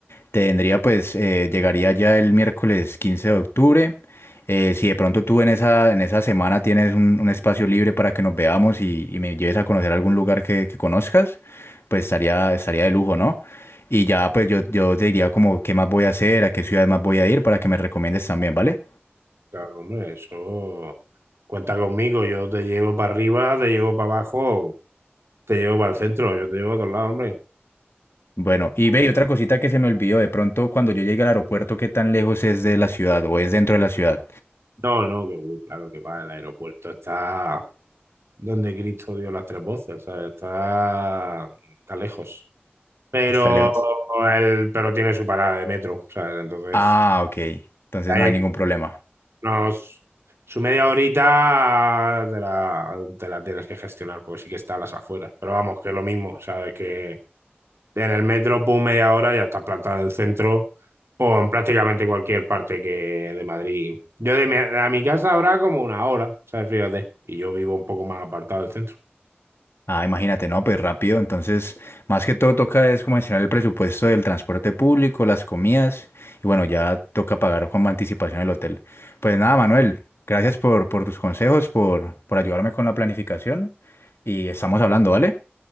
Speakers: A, on the left (about 75°); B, on the right (about 85°).
A: tendría pues, eh, llegaría ya el miércoles 15 de octubre, eh, si de pronto tú en esa, en esa semana tienes un, un espacio libre para que nos veamos y, y me lleves a conocer algún lugar que, que conozcas, pues estaría, estaría de lujo, ¿no? Y ya pues yo, yo te diría como qué más voy a hacer, a qué ciudad más voy a ir para que me recomiendes también, ¿vale?
B: Claro, hombre, eso cuenta conmigo, yo te llevo para arriba, te llevo para abajo, te llevo para el centro, yo te llevo a todos lados, hombre.
A: Bueno, y ve, y otra cosita que se me olvidó, de pronto cuando yo llegue al aeropuerto, ¿qué tan lejos es de la ciudad o es dentro de la ciudad?
B: No, no, que uh, claro que va, el aeropuerto está donde Cristo dio las tres voces, ¿sabes? Está, está lejos. Pero,
A: Está lejos.
B: el, pero tiene su parada de metro, ¿sabes? Entonces,
A: Ah, ok. Entonces
B: ahí
A: no hay
B: en
A: ningún problema.
B: unos, su media horita te la, te la tienes que gestionar, porque sí que está a las afueras. Pero vamos, que es lo mismo, ¿sabes? Que en el metro, pum, media hora ya estás plantado en el centro o en prácticamente cualquier parte que de Madrid. Yo de mi, a mi casa habrá como una hora, ¿sabes? Fíjate. Y yo vivo un poco más apartado del centro.
A: Ah, imagínate, no, pues rápido. Entonces, más que todo toca es como mencionar el presupuesto del transporte público, las comidas y bueno, ya toca pagar con anticipación el hotel. Pues nada, Manuel, gracias por, por tus consejos, por, por ayudarme con la planificación y estamos hablando, ¿vale?